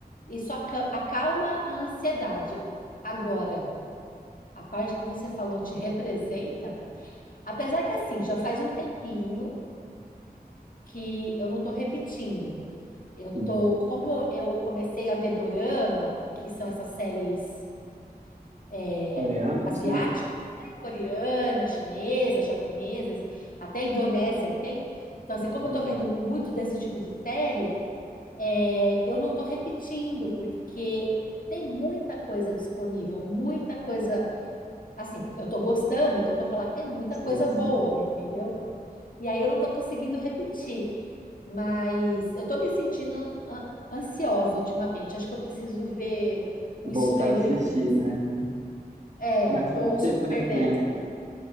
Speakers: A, on the left (about 60°); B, on the right (about 45°).
A: isso aca- acalma a ansiedade. Agora, a parte que você falou te representa, apesar que assim, já faz um tempinho que eu não estou repetindo. Eu tô,
B: Sim.
A: como eu eu comecei a ver dorama, que são essas séries é,
B: Coreanos,
A: asiáticas,
B: né?
A: né? Coreana, chinesa, japonesas, até Indonésia tem. Então, assim, como
B: Legal.
A: eu tô vendo muito desse tipo de série, é, eu não tô repetindo, porque tem muita coisa disponível, muita coisa, assim, eu tô gostando, então eu vou falar que tem muita
B: Sim,
A: coisa
B: sim.
A: boa, entendeu? E aí eu não estou conseguindo repetir, mas eu estou me sentindo an- ansiosa ultimamente. Acho que eu preciso ver um
B: Voltar
A: Stranger
B: a assistir,
A: Things.
B: né?
A: É,
B: Mas você,
A: ou um Supernatural.
B: por exemplo,